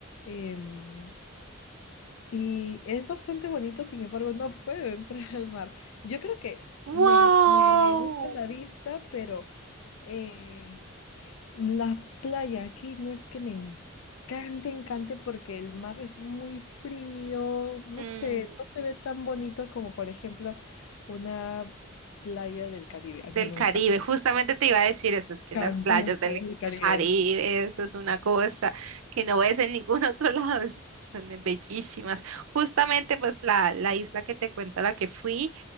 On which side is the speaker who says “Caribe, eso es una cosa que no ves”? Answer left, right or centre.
Right